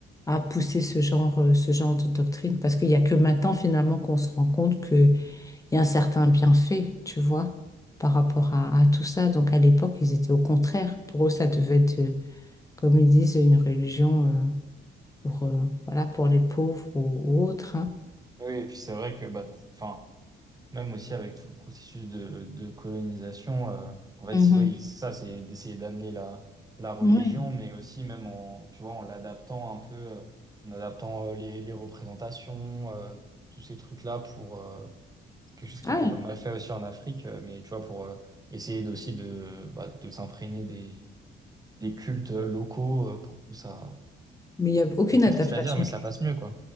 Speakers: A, on the left; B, on the right.
A: à pousser ce genre, euh, ce genre de doctrine, parce qu'il y a que maintenant, finalement, qu'on se rend compte que il y a un certain bienfait, tu vois, par rapport à, à tout ça. Donc à l'époque, ils étaient au contraire. Pour eux, ça devait être, euh, comme ils disent, une religion euh, pour, euh, voilà, pour les pauvres ou, ou autres. hein.
B: Oui, et puis c'est vrai que bah, enfin. Même aussi avec tout le processus de, de colonisation, euh, en fait,
A: Mhm.
B: c'est vrai, c'est ça, c'est d'essayer d'amener la, la religion,
A: Oui.
B: mais aussi même en, tu vois, en l'adaptant un peu, euh, en adaptant euh, les, les représentations, euh, tous ces trucs-là pour euh, quelque chose qui
A: Ah,
B: était pas mal fait aussi en Afrique, euh, mais tu vois, pour euh, essayer aussi de, bah, de s'imprégner des, des cultes locaux euh, pour que ça,
A: mais il n'y a aucune
B: on peut
A: adaptation.
B: triste à dire, mais ça
A: qui-
B: passe mieux, quoi.